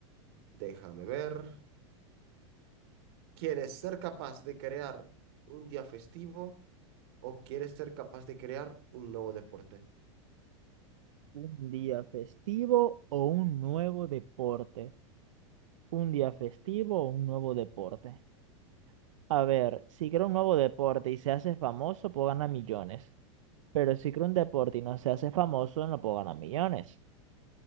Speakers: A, on the right; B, on the right.
A: déjame ver. ¿Quieres ser capaz de crear un día festivo o quieres ser capaz de crear un nuevo deporte?
B: ¿Un día festivo o un nuevo deporte? ¿Un día festivo o un nuevo deporte? A ver, si creo un nuevo deporte y se hace famoso, puedo ganar millones. Pero si creo un deporte y no se hace famoso, no puedo ganar millones.